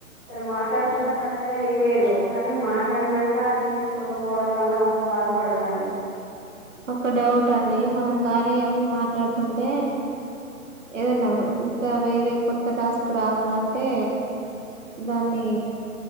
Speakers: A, in the centre; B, on the right.
A: సరే మాట్లాడుకుంటే కట్ అయినా ఇ వేరు కానీ మాట్లాడినాక అది తీసుకోకపోవడం వల్ల మస్తు బాధపడనండి
B: ఒక డౌట్ అండి మనం కార్యయాపు మాట్లాడుతుంటే ఏదన్నా ఇంకా వేరే కొత్త టాస్క్ రావాలంటే దాన్ని